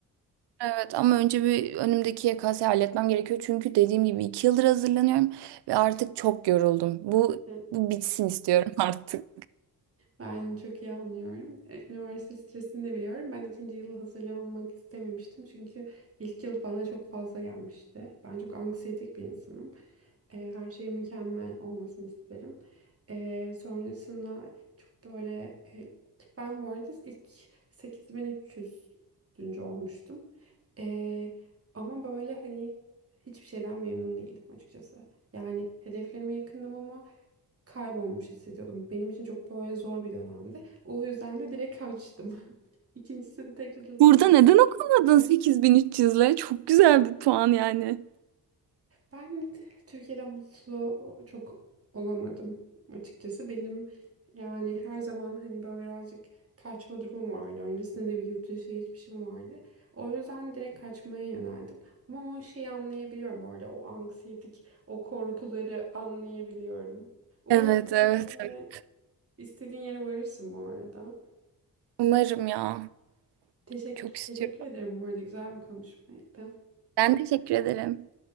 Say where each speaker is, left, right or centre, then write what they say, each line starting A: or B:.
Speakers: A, on the right; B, on the right.
A: Evet ama önce bir önümdeki YKS'yi halletmem gerekiyor. Çünkü dediğim gibi iki yıldır hazırlanıyorum ve artık çok yoruldum. Bu,
B: Evet,
A: bu bitsin istiyorum <laughs> artık.
B: Ben çok iyi anlıyorum. E, Üniversite stresini de biliyorum. Ben ikinci yıl hazırlanmak istememiştim. Çünkü ilk yıl bana çok fazla gelmişti. Ben çok anksiyetik bir insanım. E, her şeyin mükemmel olmasını isterim. E, sonrasında çok böyle e, ben bu arada ilk 8300. olmuştum. E, ama böyle hani hiçbir şeyden memnun değildim açıkçası. Yani hedeflerime yakındım ama kaybolmuş hissediyordum. Benim için çok böyle zor bir dönemdi. O yüzden de direkt kaçtım. <laughs> İkincisini tekrar
A: Burada neden okumadın 8300'le? Çok güzel bir puan yani.
B: Ben Türkiye'de mutlu çok olamadım açıkçası. Benim yani her zaman hani böyle birazcık kaçma durumum vardı. Öncesinde de bir yurt dışı geçmişim vardı. O yüzden direkt kaçmaya yöneldim. Ama o şeyi anlayabiliyorum bu arada. O anksiyetik, o korkuları anlayabiliyorum. Umarım
A: Evet,
B: istediğine,
A: evet. evet.
B: istediğin yere varırsın bu arada.
A: Umarım ya.
B: Teşekkür,
A: Çok istiyorum.
B: teşekkür ederim bu arada. Güzel bir konuşmaydı.
A: Ben teşekkür ederim.